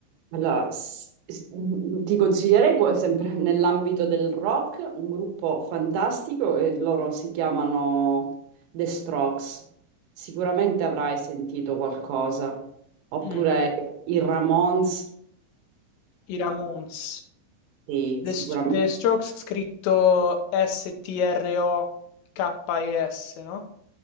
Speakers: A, on the right (about 90°); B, on the left (about 85°).
A: Allora, s- s- mm, ti consiglierei qua- sempre <laughs> nell'ambito del rock un gruppo fantastico e loro si chiamano The Strokes. Sicuramente avrai sentito qualcosa. Oppure
B: Mm.
A: i Ramones,
B: I Ramones.
A: sì,
B: The,
A: sicuramente.
B: St- The Strokes scritto S-T-R-O-K-E-S, no?